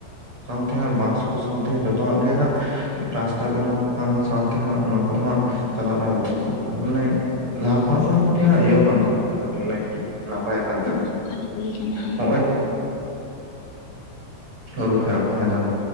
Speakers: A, on the right; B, on the left.
A: ᱥᱟᱶᱛᱮ ᱦᱟᱜ ᱵᱟᱥ ᱠᱚ ᱥᱟᱶᱛᱮ ᱡᱚᱛᱚᱣᱟᱜ ᱜᱮ ᱦᱟᱸᱜ ᱨᱟᱥᱛᱟ ᱵᱮᱱᱟᱣ ᱠᱟᱢᱤ ᱥᱟᱶᱛᱮ ᱦᱟᱸᱜ ᱚᱱᱟ ᱠᱚᱫᱚ ᱦᱟᱸᱜ ᱪᱟᱞᱟᱜ ᱱᱟᱦᱟᱜ ᱵᱚᱛᱚᱨᱚᱜ ᱠᱟᱱᱟ ᱢᱟᱱᱮ ᱞᱟᱦᱟ ᱠᱷᱚᱱᱟᱜ ᱫᱚ ᱠᱟᱹᱴᱤᱡ ᱤᱭᱟᱹ ᱠᱟᱱ ᱛᱟᱞᱮᱭᱟ ᱢᱟᱱᱮ ᱱᱟᱯᱟᱭ ᱠᱟᱱ ᱛᱟᱞᱮᱭᱟ
B: ᱱᱟᱯᱟᱭ ᱦᱩᱭ ᱠᱟᱱᱟ ᱦᱮᱸ
A: ᱱᱚᱜ-ᱚᱭ ᱦᱳᱭ ᱟᱹᱨᱩ ᱯᱷᱮᱨᱟᱣ ᱠᱟᱱᱟ ᱡᱟᱦᱟᱸ